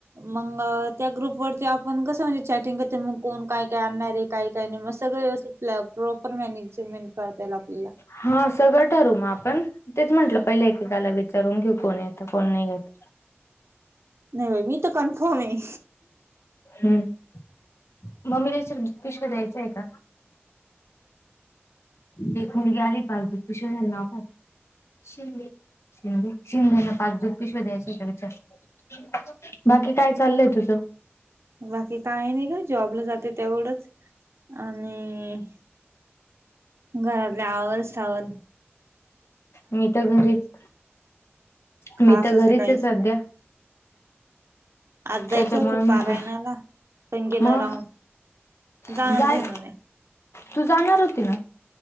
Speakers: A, on the right; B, on the left.
A: मग त्या ग्रुप वरती आपण कसं म्हणजे चॅटिंग करत मग कोण काय काय आणणार आहे. काही काही नाही मग सगळं व्यवस्थित प्रॉपर मॅनेजमेंट करता येईल आपल्याला.
B: हा सगळं ठरू म आपण तेच म्हंटलं पहिले एककाला विचारून की कोण येतं कोण नाही येत.
A: नाही बा मी तर कन्फर्म आहे.
B: हम्म म्मीला सर पिशक द्यायचं आहे का? ते मुलगी आली पाार ब पश झा ना का? शिे शिंदे शिंदेना पाच झो पिशव द्याची सत. बाकी काय चाललय तुझं?
A: बाकी काही नाही का जॉबला जाते तेवढंच आणि घरातल्या आव स्वर.
B: मी तर घरीच
A: खास
B: मी तर
A: असं
B: घरीच
A: काहीच
B: आहे सध्या.
A: नाही आज जायचं
B: त्याच्यामुळे
A: होतं
B: म्हटलं
A: पारायणाला पण गेल
B: मग
A: राहून. जाण
B: जाय
A: जाण नाही.
B: तू जाणार होती ना.